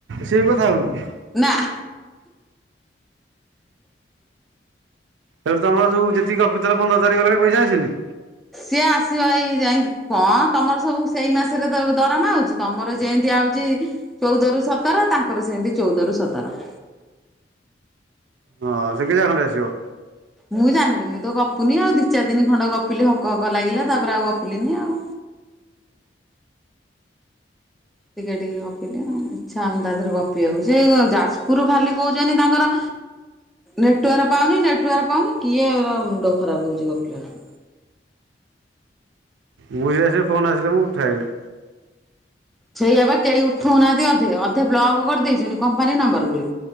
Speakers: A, on the right; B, in the centre.
A: ସିଏ ବି କଥା ହଉନି?
B: ନା
A: ସେଇଠୁ ତମର ଯଉ ଯେତିକି ଗପିଥିଲ ପନ୍ଦର ତାରିଖ ଗଲାଣି ପଇସା ଆସିନି?
B: ସିଏ ଆସିବ ଏଇ ଯାଇଁକି କଣ ତମର ସବୁ ସେଇ ମାସରେ ଦରମା ଆଉଚି। ତମର ଯେନ୍ତି ଆଉଚି ଚଉଦ ରୁ ସତର, ତାଙ୍କର ସେନ୍ତି ଚଉଦ ରୁ ସତର।
A: ହଁ <unintelligible> ଖଣ୍ଡେ ଆସିବ।
B: ମୁଁ ଜାଣିନି। ମୁଁ ତ ଗପୁନି ଆଉ। ଦି ଚାର ଦିନ ଖଣ୍ଡେ ଗପିଲି ହକ ହକ ଲାଗିଲା ତାପରେ ଆଉ ଗପିଲିନି ଆଉ। ଟିକେ ଟିକେ ଗପିଲି ଆଉ। ଇଚ୍ଛା ହଉନି ତା ଦେହରେ ଗପିବାକୁ। ସେ ଯାଜପୁରୁ ଖାଲି କହୁଛନ୍ତି ତାଙ୍କର ନେଟୱାର ପାଉନି ନେଟୱାର ପାଉନି କିଏ ଏରା ମୁଣ୍ଡ ଖରାପ ହଉଚି ଗପିଲାଠୁ।
A: ମୁଁ ବି ସେଇୟା ସେ ଫୋନ୍ ଆସିଲେ ମୁଁ ଉଠାଏନି।
B: ସେଇଆ ପା କେହି ଉଠଉନାହାନ୍ତି ଅଧେ, ଅଧେ ବ୍ଲକ କରିଦେଇଛନ୍ତି କମ୍ପାନୀ ନମ୍ବର ବୋଲି।